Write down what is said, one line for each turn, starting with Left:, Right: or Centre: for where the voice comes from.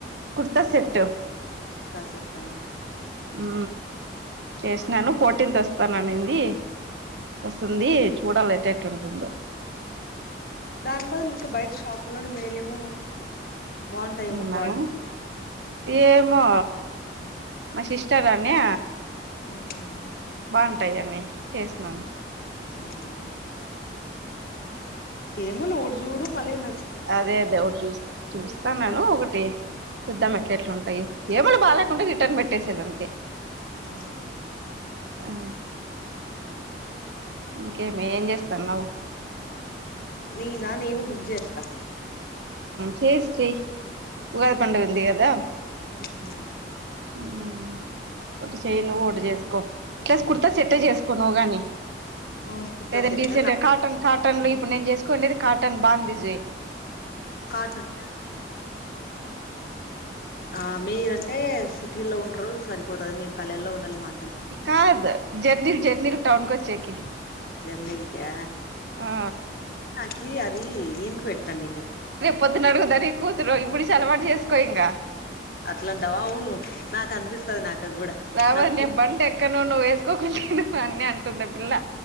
Right: కుర్తా సెట్టు
Left: కుర్తా సెట్ ఆ
Right: ఉ చేసినాను ఫోర్టీన్త్ వస్తాననింది వస్తుంది చూడాల్లా ఎటట్టు ఉంటుందో
Left: దాని బదులు ను బయట షాపు లోని మేలేమ బాగుంటాయి ఏమో
Right: ఉన్నాము
Left: క్వా
Right: ఏమో మా సిస్టర్ అనే
Left: ఓహో
Right: బాగుంటాయిన్నీ చేసినను
Left: అవునా ఏమో లే ఒకటి చూడు మళ్ళీ న
Right: అదే అదే ఒకటి చూ చూస్తాన్నాను
Left: తీసుకుంటే
Right: ఒకటి చూద్దాం ఎట్లా ఎట్లు ఉంటాయో ఏదోకటి బాలకుండా రిటర్న్ పెట్టేసేదానికి
Left: హ్మ్
Right: అ ఇంకేమ ఏం చేస్తాన్నావు
Left: నీనా నేను బుక్ చేస్తా
Right: చేేసి చై ఉగాది పండుగంది కదా
Left: హ్మ్
Right: ఆ ఒకటు చేయ్య నువ్వు ఒకటు చేసుకో ప్లాస్ కుర్తా సెట్టే చేసుకో నువ్వు గాని
Left: అవును కుర్తా
Right: లేదంటడి
Left: సెట్టా
Right: సె
Left: నా
Right: కాటన్ కాటన్ లో ఇప్పుడు నేను చేసుకోనేేది కాటన్ బాందిజే
Left: కార్డు అంటే ఆ మీరంటే సి వల్లో ఉండరు సరిపోతంది మీ పల్లెల్లో ఉండి మా
Right: కాదు జర్నీల్ జర్నీలు టౌన్ కు వచ్చేకి
Left: జర్నీల్ కా
Right: ఆ
Left: నాకి అది లింక్ పెట్టండి
Right: పొద్దున్న అడుగుదని కూతురు ఇప్పుడు నుంచు అలవాటు చేసుకో ఇంక
Left: అట్లాంటవా అవునువు నాకు అనిపిస్తుది నాకు కూడా
Right: రావదు
Left: నా
Right: నేను
Left: కూతురు
Right: బంది ఎక్క ను నువ్వు వేసుకోకుండాన్నా అన్న అంటుంది పిల్ల